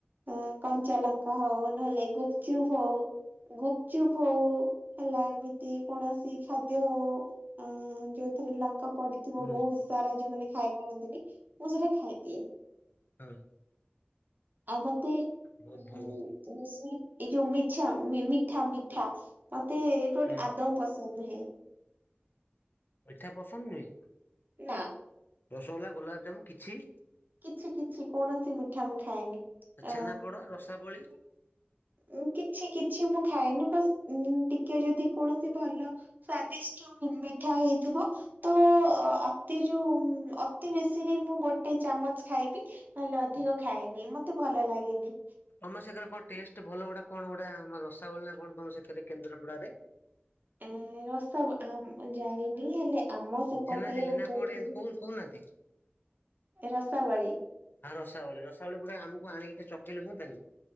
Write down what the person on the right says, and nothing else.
ଅ କଞ୍ଚାଲଙ୍କା ହଉ ନହେଲେ ଗୁପଚୁପ ହଉ ଗୁପଚୁପ୍ ହଉ ହେଲା ଏମିତି କୌଣସି ଖାଦ୍ୟ ହଉ <unintelligible> ଯୋଉଥିରେ ଲଙ୍କା ପଡିଥିବ
ବହୁତ ସାରା ଯୋଉମାନେ ଖାଇ ପାରନ୍ତିନି ମୁଁ ସେଟା ଖାଇଦିଏ।
ଆଉ ମତେ
ଉ ଏ ଯୋଉ ମିଝା ମିଠା ମିଠା ମିଠା ମତେ ଏଇଠୁ ଗୋଟେ
ଆଦୌ ପସନ୍ଦ ନୁହେଁ।
ନା।
କିଛି କିଛି କୌଣସି ମିଠା ମୁଁ ଖାଏନି।
ଅ
ଉ କିଛି କିଛି ମୁଁ ଖାଏନି ବସ୍ ଉ ଟିକେ ଯଦି କୌଣସି ଭଲ ସ୍ଵାଦିଷ୍ଟ ମିଠା ହେଇଥିବ। ତ ଅତିରୁ ଅତି ବେଶୀରେ ମୁଁ ଗୋଟେ ଗୋଟେ ଚାମଚ ଖାଇବି ନହେଲେ ଅଧିକ ଖାଏନି ମତେ ଭଲ ଲାଗେନି।
ଏ ରସ ଆ ଜାଣିନି ହେଲେ। ଆମ ସେପଟେ
ଉଦୟଗିରି
ରସାବଳି।